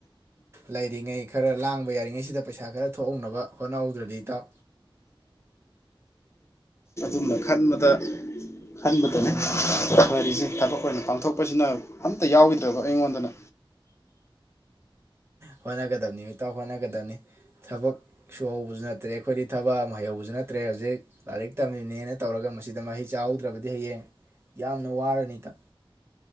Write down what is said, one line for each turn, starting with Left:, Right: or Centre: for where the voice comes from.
Right: ꯂꯩꯔꯤꯉꯩ ꯈꯔ ꯂꯥꯡꯕ ꯌꯥꯔꯤꯉꯩꯁꯤꯗ ꯄꯩꯁꯥ ꯈꯔ ꯊꯣꯛꯍꯧꯅꯕ ꯍꯣꯠꯅꯍꯧꯗ꯭ꯔꯗꯤ ꯏꯇꯥꯎ
Left: ꯁꯨꯝ ꯈꯟꯕꯗ ꯈꯟꯕꯗꯅꯦ ꯋꯥꯔꯤꯔꯤꯁꯦ ꯊꯕꯛ ꯑꯣꯏꯅ ꯄꯥꯡꯊꯣꯛꯄꯁꯤꯅ ꯑꯝꯇ ꯌꯥꯎꯈꯤꯗ꯭ꯔꯕ ꯑꯩꯉꯣꯟꯗꯅ
Right: ꯍꯣꯠꯅꯒꯗꯕꯅꯤ ꯏꯇꯥꯎ ꯍꯣꯠꯅꯒꯗꯕꯅꯤ ꯊꯕꯛ ꯁꯨꯍꯧꯕꯁꯨ ꯅꯠꯇ꯭ꯔꯦ ꯑꯩꯈꯣꯏꯗꯤ ꯊꯕꯛ ꯑꯃ ꯍꯩꯍꯧꯕꯁꯨ ꯅꯠꯇ꯭ꯔꯦ ꯍꯧꯖꯤꯛ ꯂꯥꯏꯔꯤꯛ ꯇꯝꯃꯤꯕꯅꯦꯅ ꯇꯧꯔꯒ ꯃꯁꯤꯗ ꯃꯍꯩ ꯆꯥꯍꯧꯗ꯭ꯔꯕꯗꯤ ꯍꯌꯦꯡ ꯌꯥꯝꯅ ꯋꯥꯔꯅꯤ ꯏꯇꯥꯎ